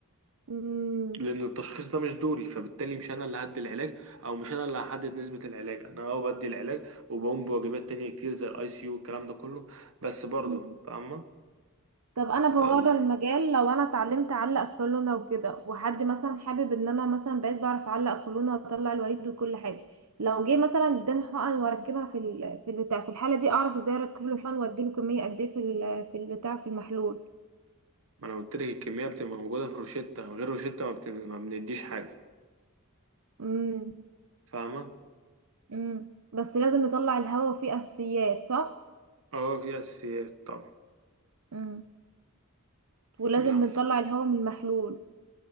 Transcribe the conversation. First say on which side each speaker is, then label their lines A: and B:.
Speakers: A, on the right (about 80°); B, on the right (about 65°).
A: مم.
B: لان التشخيص ده مش دوري فبالتالي مش انا اللي هدي العلاج او مش انا اللي هحدد نسبة العلاج انا اه بدي العلاج وبقوم بواجبات تانية كتير زي الاي سي يو والكلام ده كله بس برضه
A: مم.
B: فاهمة
A: طب انا بورا
B: يلا
A: المجال لو انا اتعلمت اعلق كولونة وكده وحد مثلا حابب ان انا مثلا بقيت بعرف اعلق كولونة واطلع الوريد وكل حاجة لو جه مثلا اداني حقن واركبها في ال... في البتاع في الحالة دي اعرف ازاي اركب له الحقن واديله كمية قد ايه في ال... في البتاع في المحلول
B: ما انا قلت لك الكمية بتبقى موجودة في الروشتة من غير روشتة ما, بت... ما بنديش حاجة
A: امم
B: فاهمة
A: امم بس لازم نطلع الهواء وفيه اساسيات صح
B: اه في اساسيات طبعا
A: امم ولازم
B: يلا
A: نطلع الهواء من المحلول